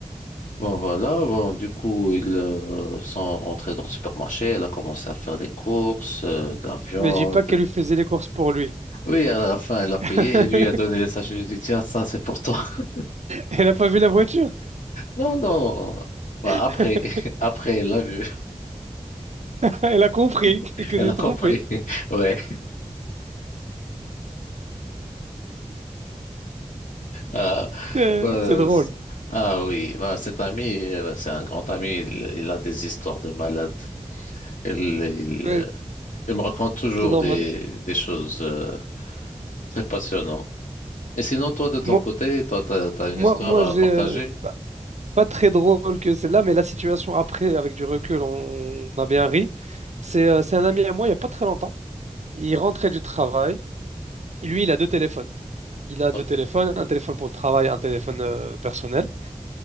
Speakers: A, on the left (about 85°); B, on the right (about 60°).
A: Bon, voilà, bon, du coup, ils euh, sont rentrés dans le supermarché, elle a commencé à faire des courses, euh, de la viande.
B: Mais dis pas qu'elle lui faisait les courses pour lui.
A: Oui, à la fin, elle a payé
B: <laughs>
A: et lui a donné les sachets. Je lui ai dit, tiens, ça, c'est pour toi. <laughs>
B: Elle a pas vu la voiture.
A: Non, non. Bah,
B: <laughs>
A: après, <laughs> après, elle l'a vu,
B: Elle a compris
A: <laughs>
B: que
A: elle
B: c'est
A: a compris.
B: trompé. <laughs>
A: <laughs> Ouais. Euh,
B: Euh,
A: bah,
B: C'est drôle.
A: c- ah oui, bah, cet ami, euh, c'est un grand ami, il, il a des histoires de malade. Il, il,
B: Ouais,
A: euh, il me raconte toujours
B: c'est normal.
A: des, des choses euh, très passionnantes. Et sinon, toi, de ton
B: Moi,
A: côté, toi, t'as, t'as une
B: moi,
A: histoire
B: moi
A: à
B: j'ai.
A: partager?
B: pas très drôle que celle-là, mais la situation après, avec du recul, on, on a bien ri. C'est euh, c'est un ami à moi, il n'y a pas très longtemps. Il rentrait du travail. Lui, il a deux téléphones. Il a
A: Ouais.
B: deux téléphones, un téléphone pour le travail, un téléphone euh, personnel.